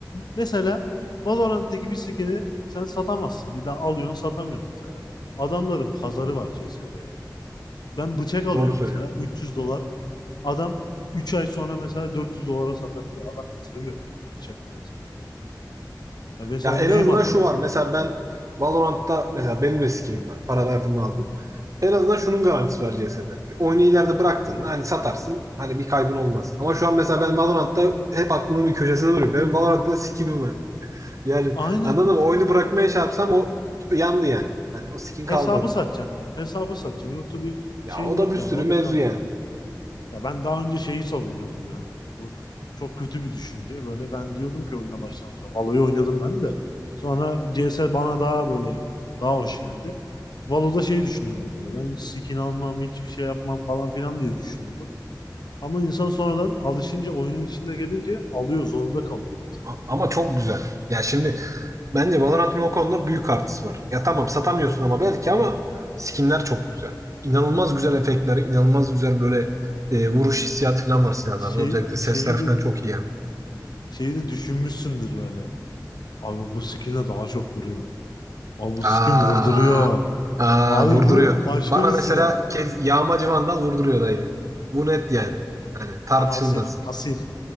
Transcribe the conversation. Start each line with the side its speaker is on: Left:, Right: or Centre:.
Left: mesela Valorant'taki bir skin'i sen satamazsın. Bir daha alıyorsun satamıyorsun mesela. Adamların pazarı var CS'de ya. Ben bıçak alıyorum
Right: doğru söylüyorsun.
Left: mesela 300 dolar. Adam 3 ay sonra mesela 400 dolara satabiliyor. Adam yatırım yapıyor bıçakla mesela. Ya mesela
Right: Ya en
Left: Neymar
Right: azından
Left: var.
Right: şu var. Mesela ben Valorant'ta mesela benim de skinim var. Para verdim aldım. En azından şunun garantisi var CS'de. Oyunu ileride bıraktığında hani satarsın. Hani bir kaybın olmaz. Ama şu an mesela ben Valorant'ta hep aklımın bir köşesinde duruyor. Benim Valorant'ta skinim var. Yani
Left: Aynen.
Right: anladın mı? Oyunu bırakmaya şey yapsam o yandı yani. Hani o skin
Left: Hesabı
Right: kaldı orada.
Left: satacaksın. Hesabı satacaksın. Yoksa bir
Right: Ya
Left: şeyin
Right: o
Left: yok
Right: da bir sürü
Left: yani. Orada
Right: mevzu
Left: kalacak.
Right: yani.
Left: Ya ben daha önce şeyi savunuyordum yani. Bu çok kötü bir düşünce. Böyle ben diyordum ki oyuna başlamayacağım. Valo'yu oynadım ben de. Sonra C CS bana daha böyle daha hoş geldi. Valo'da şey düşünüyordum böyle. Ben hiç skin almam, hiçbir şey yapmam falan filan diye düşünüyordum. Ama insan sonradan alışınca oyunun içinde gelince alıyor, zorunda kalıyor mesela.
Right: A- Ama çok güzel. Ya şimdi Bence Valorant'ın o konuda büyük artısı var. Ya tamam satamıyorsun ama belki ama skinler çok güzel. İnanılmaz güzel efektler, inanılmaz güzel böyle e, vuruş hissiyatı falan var silahlarda.
Left: Şey,
Right: Özellikle
Left: şeyi
Right: sesler falan
Left: de
Right: çok iyi yani.
Left: şeyi de düşünmüşsündür böyle. Abi bu skinle daha çok vuruyorum. Abi bu
Right: Aa,
Left: skin vurduruyor.
Right: aa
Left: Abi
Right: vurduruyor.
Left: bu başka
Right: Bana
Left: bir
Right: mesela
Left: silah.
Right: kez yağmacı vandal vurduruyor dayı. Bu net yani. Hani tartışılmaz.
Left: Ben asil, asil.